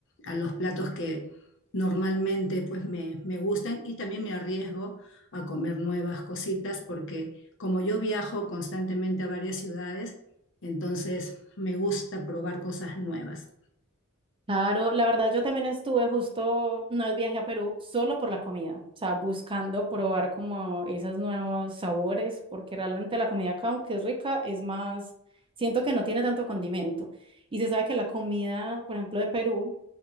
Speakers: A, on the left; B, on the right.
A: a los platos que normalmente pues me, me, gustan y también me arriesgo a comer nuevas cositas porque como yo viajo constantemente a varias ciudades, entonces me gusta probar cosas nuevas.
B: Claro, la verdad yo también estuve justo, no es viaje a Perú, solo por la comida, o sea, buscando probar como esos nuevos sabores, porque realmente la comida acá, aunque es rica, es más, siento que no tiene tanto condimento. Y se sabe que la comida, por ejemplo, de Perú